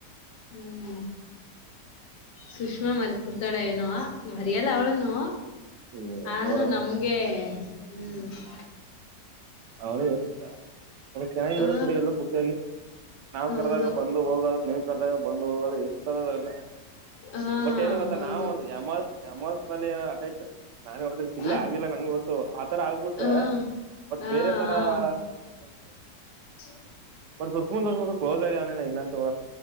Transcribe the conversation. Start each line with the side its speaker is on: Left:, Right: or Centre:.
Left: ಹ್ಮ್. ಸುಷ್ಮಾ ಮರಿತ್ ಬಿಡ್ತಾಳ ಏನು. ಮರಿಯಲ್ಲ ಅವಳನು
Right: ಇದು
Left: ಆದ್ರೂ
Right: ನೋಡು
Left: ನಮ್ಗೆ. ಹ್ಮ್.
Right: ಅವಳ ಏನ ಇಲ್ಲ ಮಳ ಚೆನ್ನಾಗಿದ್ರೆ
Left: ಹಾ
Right: ಸರಿ ಎಲ್ಲ ಖುಷಿಯಾಗಿ. ನಾವ್
Left: ಹೌದು
Right: ಕರ್ದಾಗ ಬಂದು ಹೋಗೋದು ನೀವ್ ಕರ್ದಾಗ ಬಂದು ಹೋಗೋದು ಇರ್ತರದಲ್ಲ.
Left: ಹಾ
Right: ಬಟ್ ಏನ ಗೊತ್ತ
Left: ಹೌದು
Right: ನಾ ಎಮೋಲ್ಲಿ ಏ ಅಟಚ್. ನಾನ ಹದ್ರೆ ಶಲ್ಲ
Left: ಅದ್
Right: ಆಗಿಲ್ಲ ನಂಗಗೆ ಗೊತ್ತು ಆತರ ಆಗ್ಬಿಟ್ರೆ
Left: ಹಾ ಹಾ
Right: ಬಟ್ ಬೇರೆ ತರ
Left: ಹಾ
Right: ಒಂದು. ಇದದತೆ <unintelligible>
Left: <unintelligible>
Right: ಬಟ್ ಸುಸ್ುತ್ ಹೊಸು ಕ್ಲೋ ಆಗ ಅವನ ಇಲ್ಲಂತ.